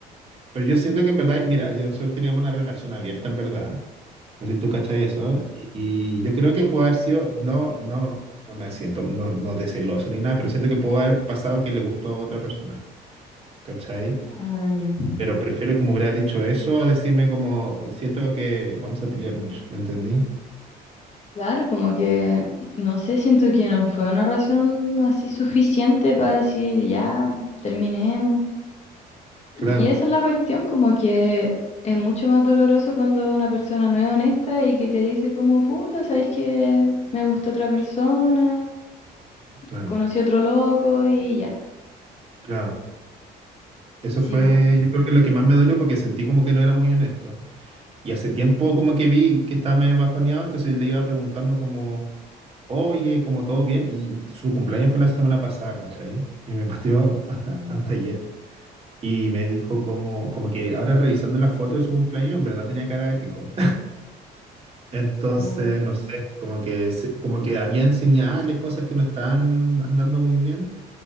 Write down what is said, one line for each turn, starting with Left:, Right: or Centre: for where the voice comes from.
Right: Pero yo siento que en verdad, mira, yo nosotros teníamos una relación abierta en verdad. No sé si tú cachai eso. Y, y yo creo que puede haber sido, no, no, no me siento, no, no de celoso ni nada, pero siento que puede haber pasado que le gustó a otra persona. ¿cachai?
Left: Ah, ya.
Right: Pero prefiero que me hubiera dicho eso a decirme como, siento que vamos a pelear mucho, ¿me entendí?
Left: claro, como que, no sé, siento que no fue una razón así suficiente para decir, ya, terminemos. Y
Right: Claro,
Left: esa es la cuestión, como que es mucho más doloroso cuando una persona no es honesta y que te dice como, puta, ¿sabes que Me gustó otra persona,
Right: claro,
Left: conocí otro loco y ya.
Right: claro. Eso
Left: Sí,
Right: fue,
Left: po.
Right: yo creo que lo que más me dolió porque sentí como que no era muy honesto. Y hace tiempo como que vi que estaba medio bajoneado, entonces le iba preguntando como, oye, como todo bien. Y su cumpleaños fue la semana pasada, ¿cachai? Y me pateó hasta,
Left: Mm,
Right: hasta ayer. Y me dijo como, como que ahora revisando la foto de su cumpleaños, en verdad tenía cara épico. Entonces,
Left: puch,
Right: no sé, como que, se- como que habían señales, cosas que no estaban andando muy bien,